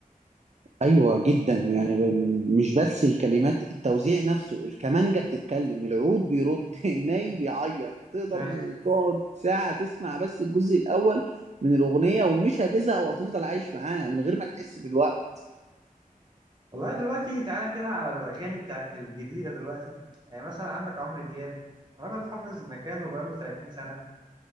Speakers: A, on the right; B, on the right.
A: أيوة جدا يعني ب- مش بس الكلمات التوزيع نفسه الكمانجة بتتكلم العود بيرد <laughs> الناي بيعيط تقدر
B: <laughs>
A: تقعد ساعة تسمع بس الجزء الأول من الأغنية ومش هتزهق وهتفضل عايش معاها من غير ما تحس بالوقت
B: والله دلوقتي تعالى كده على الاغاني بتاعت الجديده دلوقتي يعني مثلا عندك عمرو دياب راجل حافظ مكانه بقاله 30 سنه